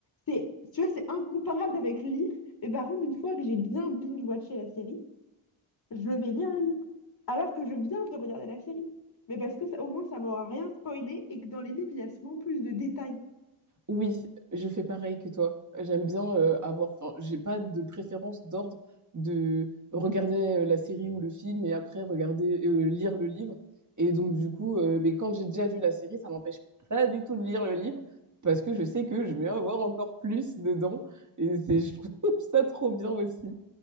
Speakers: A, on the left; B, on the right.
A: C'est, tu vois, c'est incomparable avec lire. Mais par contre, une fois que j'ai bien binge-watché la série, je vais lire le livre. Alors que je viens de regarder la série. Mais parce que ça, au moins, ça m'aura rien spoilé et que dans les livres, il y a souvent plus de détails.
B: Oui, je fais pareil que toi. J'aime bien euh, avoir. Enfin, j'ai pas de préférence d'ordre de regarder euh, la série ou le film et après regarder euh, lire le livre. Et donc du coup, euh, mais quand j'ai déjà vu la série, ça m'empêche pas du tout de lire le livre parce que je sais que je vais avoir encore plus dedans. Et c'est, je trouve <laughs> ça trop bien aussi.